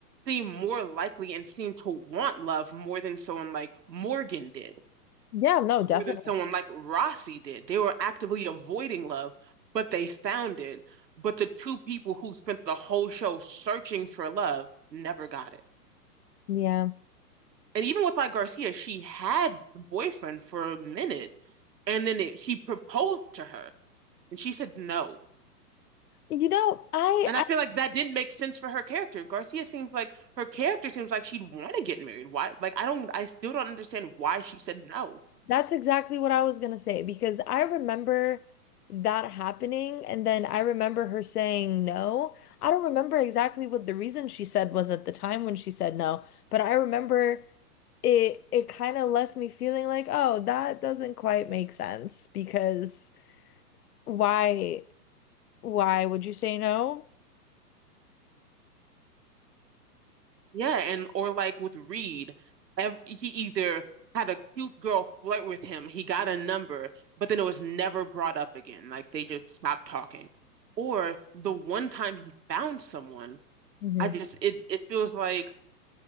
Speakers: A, on the right; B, on the left.
A: seem more likely and seem to want love more than someone like Morgan did,
B: Yeah, no, definitely.
A: more than someone like Rossi did. They were actively avoiding love, but they found it. But the two people who spent the whole show searching for love never got it.
B: Yeah.
A: And even with like Garcia, she had the boyfriend for a minute, and then it, he proposed to her, and she said no
B: You know, I
A: And I feel like that didn't make sense for her character. Garcia seems like her character seems like she'd want to get married. Why? Like I don't, I still don't understand why she said no.
B: That's exactly what I was gonna say because I remember that happening, and then I remember her saying no. I don't remember exactly what the reason she said was at the time when she said no, but I remember it it kind of left me feeling like, oh, that doesn't quite make sense because why why would you say no?
A: Yeah, and or like with Reed, ev he either had a cute girl flirt with him, he got a number, but then it was never brought up again. Like they just stopped talking. Or the one time he found someone,
B: hmm
A: I just it it feels like